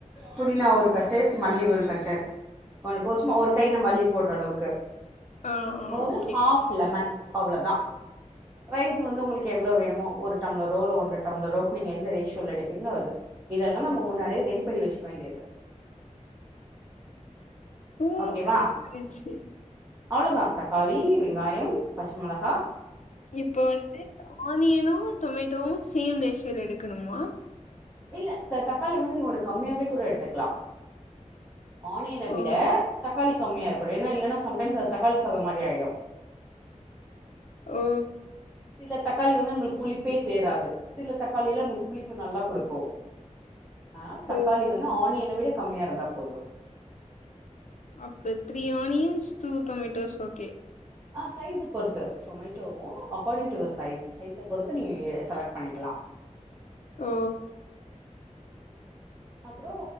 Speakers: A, on the right; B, on the left.
A: புதினா ஒரு கட் ட்டு மல்லி ஒரு கட்டு உனக்கு சும்மா ஒரு கை ‌நம்ம அள்ளிப் போடுற அளவுக்கு
B: ஆ
A: ஒரு
B: ஓகே.
A: ஹாஃப் லெமன் அவ்ளோதா ரைஸ் வந்து உங்களுக்கு எவ்ளோ வேணுமோ ஒரு டம்ளரோ இல்ல ஒன்ற டம்ளரோ நீங்க எந்த ரேஷியோல எடுப்பீங்களோ அது இதெல்லா நம்ம முன்னாடியே ரெடி பண்ணி வெச்சுக்க வேண்டியது
B: ஓ!
A: ஓகேவா
B: அது புரிச்சு.
A: அவ்ளோதா தக்காளி வெங்காயம் பச்ச மெளகா
B: இப்ப வந்து ஆனியனு டொமேட்டோவு சேம் ரேஷியோல எடுக்கணுமா
A: இல்ல தக்காளி வந்து நீ ஒன்னு கம்மியாவே கூட எடுத்துக்கலா ஆனியன விட
B: ஓ!
A: தக்காளி கம்மியா இருக்கனு ஏன்னா இல்லன்னா சம் டைம்ஸ் அது தக்காளி சாதம் மாதிரி ஆயிடு
B: ஓ
A: சில தக்காளி வந்து நம்ளுக்கு புளிப்பே சேராது சில தக்காளி எல்லா நம்ளுக்கு புளிப்பு நல்லா குடுக்கு ஆனா தக்காளி
B: ஓ!
A: வந்து ஆனியன விட கம்மியா இருந்தா போதும்
B: அப்பே three onions two tomatoes okay
A: ஆ சைஸா பொறுத்து டொமேட்டோவும் அகார்டிங் டு த சைஸ் சைஸா பொறுத்து நீங்க செலக்ட் பண்ணிக்கலா
B: ஓ
A: அப்றோ